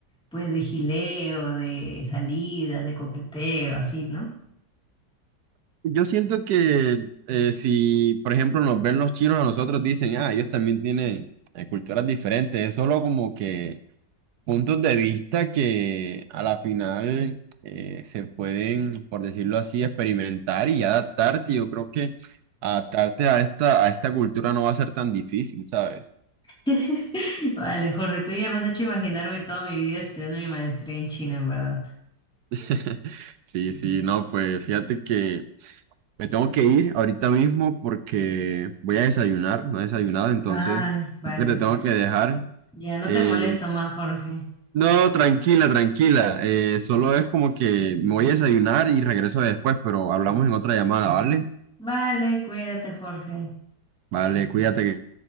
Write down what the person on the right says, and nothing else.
Yo siento que eh, si, por ejemplo, nos ven los chinos a nosotros, dicen, ah, ellos también tienen eh, culturas diferentes, es solo como que puntos de vista que a la final eh, se pueden, por decirlo así, experimentar y adaptarte. Yo creo que adaptarte a esta, a esta cultura no va a ser tan difícil, ¿sabes?
<laughs> Sí, sí, no, pues fíjate que me tengo que ir ahorita mismo porque voy a desayunar, no he desayunado, entonces
creo que te tengo que dejar.
Eh,
no, tranquila, tranquila, eh, solo es como que me voy a desayunar y regreso después, pero hablamos en otra llamada, ¿vale?
Vale, cuídate.